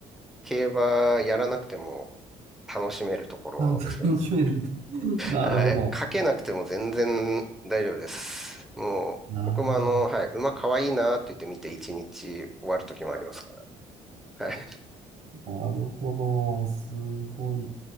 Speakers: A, in the centre; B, on the right.
A: 競馬やらなくても楽しめるところですよね。
B: あの、楽しめると。<laughs> なるほど。
A: はい。書けなくても全然大丈夫です。もう、
B: ああ、
A: 僕もあの、はい、馬かわいいなって言って見て一日終わる時もありますから。はい。
B: なるほど。すごい。